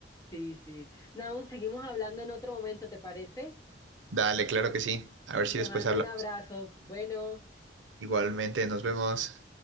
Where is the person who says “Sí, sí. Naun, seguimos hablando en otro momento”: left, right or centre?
Left